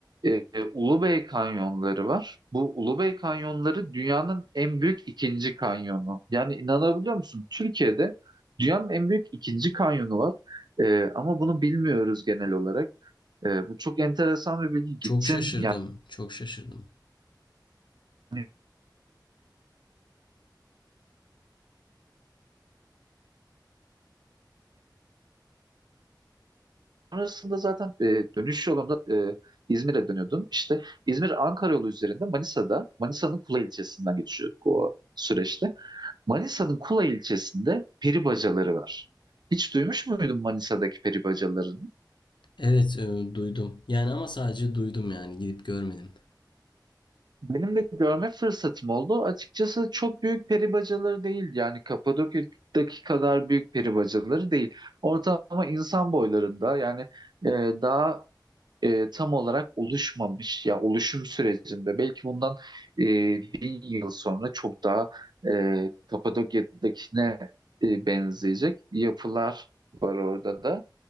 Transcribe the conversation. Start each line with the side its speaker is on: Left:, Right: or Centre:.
Right: e, Ulubey kanyonları var. Bu Ulubey kanyonları dünyanın en büyük ikinci kanyonu. Yani inanabiliyor musun? Türkiye'de dünyanın en büyük ikinci kanyonu var. E, ama bunu bilmiyoruz genel olarak. E, bu çok enteresan bir bilgi. Gittim
Left: çok şaşırdım, çok şaşırdım.
Right: yani Sonrasında zaten e, dönüş yolunda e, İzmir'e dönüyordum. İşte İzmir-Ankara yolu üzerinde Manisa'da, Manisa'nın Kula ilçesinden geçiyorduk o süreçte. Manisa'nın Kula ilçesinde peri bacaları var. Hiç duymuş muydun Manisa'daki peri bacalarını?
Left: Evet, e, duydum. Yani ama sadece duydum yani gidip görmedim.
Right: Benim de görme fırsatım oldu. Açıkçası çok büyük peri bacaları değil. Yani Kapadokya'daki kadar büyük peri bacaları değil. Ortalama insan boylarında yani e, daha e, tam olarak oluşmamış ya oluşum sürecinde belki bundan e, bin yıl sonra çok daha e, Kapadokya'dakine e, benzeyecek yapılar var orada da.